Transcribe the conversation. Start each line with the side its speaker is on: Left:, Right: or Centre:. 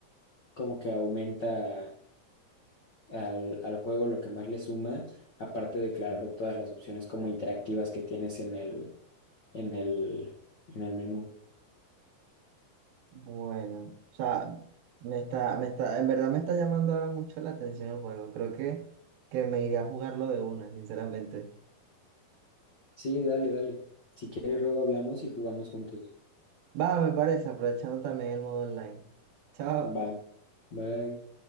Left: como que aumenta al, al juego, lo que más le suma, aparte de, claro, todas las opciones como interactivas que tienes en el, en el, en el menú.
Right: Bueno, o sea, me está, me está, en verdad me está llamando ahora mucho la atención el juego. Creo que, que me iré a jugarlo de una, sinceramente.
Left: Sí, dale, dale. Si quieres, luego hablamos y jugamos juntos.
Right: Va, me parece, aprovechando también el modo online. Chao.
Left: Va, bye.